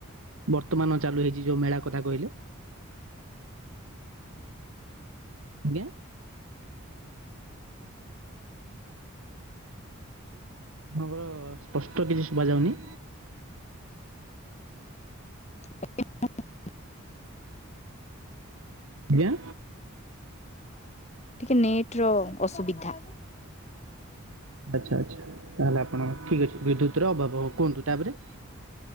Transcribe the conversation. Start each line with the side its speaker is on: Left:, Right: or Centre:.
Right: ବର୍ତ୍ତମାନ ଚାଲୁ ହେଇଚି ଯୋଉ ମେଳା କଥା କହିଲେ? ଆଜ୍ଞା। ଆପଣଙ୍କର ସ୍ପଷ୍ଟ କିଛି ଶୁବା ଯାଉନି।
Left: <unintelligible>
Right: ଆଜ୍ଞା।
Left: ଟିକେ ନେଟର ଅସୁବିଧା।
Right: ଆଚ୍ଛା ଆଚ୍ଛା ଆଚ୍ଛା ତାହେଲେ ଆପଣ ଠିକ୍ ଅଛି ବିଦ୍ୟୁତର ଅଭାହବ କୁହନ୍ତୁ ତାପରେ?